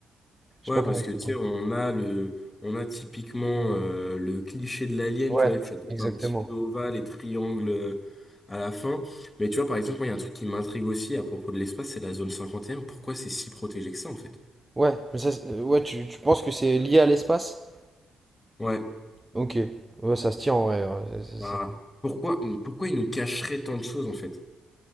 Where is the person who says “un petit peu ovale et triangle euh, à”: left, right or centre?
Left